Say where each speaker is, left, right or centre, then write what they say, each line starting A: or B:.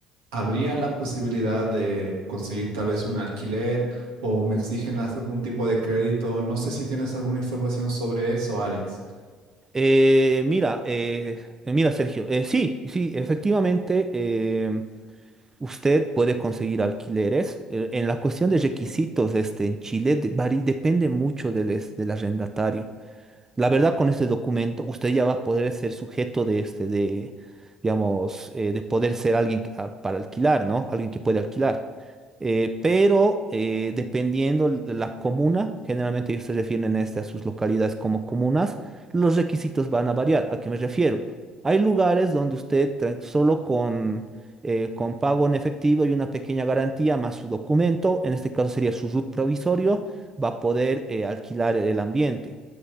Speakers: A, on the right; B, on the right.
A: habría la posibilidad de conseguir tal vez un alquiler o me exigen haz- algún tipo de crédito. No sé si tienes alguna información sobre eso, Alex.
B: Eh, mira, eh, mira, Sergio, eh, sí, sí, efectivamente, eh, usted puede conseguir alquileres. Eh, en la cuestión de requisitos, este, en Chile de- vari- depende mucho del, es- del arrendatario. La verdad, con este documento, usted ya va a poder ser sujeto de este, de, digamos, eh, de poder ser alguien que- ah, para alquilar, ¿no? Alguien que puede alquilar. Eh, pero eh, dependiendo la la comuna, generalmente ellos se refieren este, a sus localidades como comunas, los requisitos van a variar. ¿A qué me refiero? Hay lugares donde usted tra- solo con, eh, con pago en efectivo y una pequeña garantía más su documento, en este caso sería su RUT provisorio, va a poder eh, alquilar el ambiente.